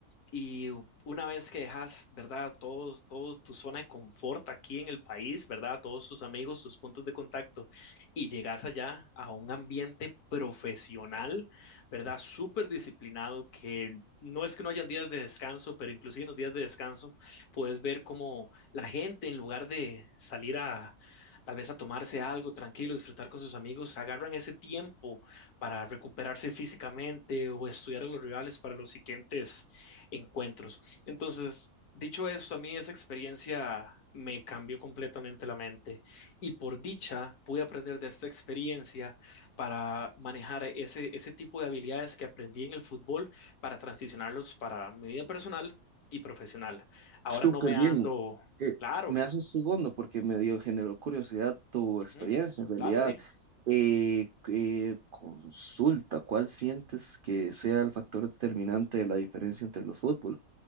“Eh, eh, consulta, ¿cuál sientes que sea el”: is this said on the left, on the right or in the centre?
Right